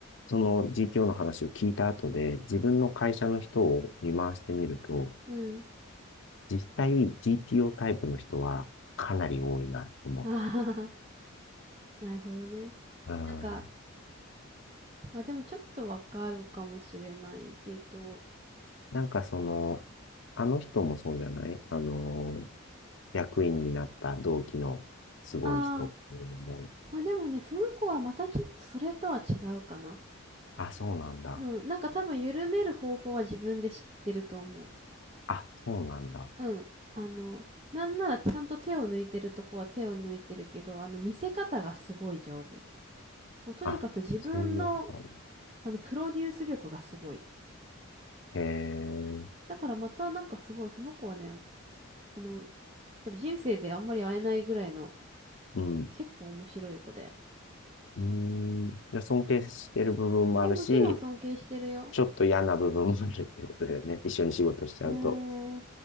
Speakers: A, on the left; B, on the right.
A: その GTO の話を聞いた後で、自分の会社の人を見回してみると、
B: うん。
A: 実際 GTO タイプの人はかなり多いなと思
B: ああ、<laughs> なるほどね。
A: う。うん。
B: なんか、まあでもちょっとわかるかもしれないけど。
A: なんかその、あの人もそうじゃないあの、役員になった同期のすごい人っていうのも、
B: ああ、まあでもね、その子はまたちょっとそれとは違うかな。
A: あ、そうなんだ。
B: うん。なんか多分緩める方法は自分で知ってると思う。
A: あ、そうなんだ。
B: うん。あの、なんならちゃんと手を抜いてるとこは手を抜いてるけど、あの、見せ方がすごい上手。もうとにかく自分の、
A: あ、そういうことある。
B: あの、プロデュース力がすごい。
A: へえ、
B: だからまたなんかすごい、その子はね、あの、多分人生であんまり会えないぐらいの
A: うん。
B: 結構面白い子だよ。
A: うーん。で尊敬してる部分もあるし、
B: まあもちろん尊敬してるよ。
A: ちょっと嫌な部分もあるっていうことだよね。一緒に仕事しちゃうと。
B: うーん。